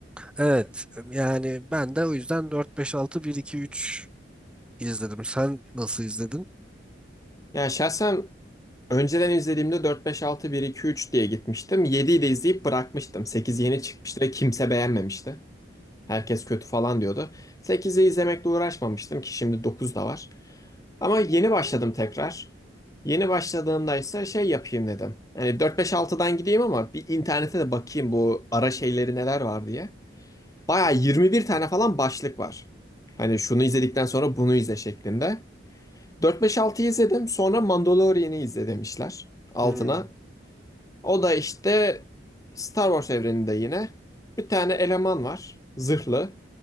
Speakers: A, in the centre; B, on the left (about 20°).
A: Evet. Yani ben de o yüzden dört beş altı bir iki üç izledim. Sen nasıl izledin?
B: Yani şahsen Önceden izlediğimde 4 5 6 1 2 3 diye gitmiştim. 7'yi de izleyip bırakmıştım. 8 yeni çıkmıştı ve kimse beğenmemişti. Herkes kötü falan diyordu. 8'i izlemekle uğraşmamıştım ki şimdi 9 da var. Ama yeni başladım tekrar. Yeni başladığımda ise şey yapayım dedim. Yani 4 5 6'dan gideyim ama bir internete de bakayım bu ara şeyleri neler var diye. Baya 21 tane falan başlık var. Hani şunu izledikten sonra bunu izle şeklinde. 4 5 6'yı izledim. Sonra Mandalorian'ı izle demişler. Altına
A: Hmm.
B: o da işte Star Wars evreninde yine bir tane eleman var. Zırhlı.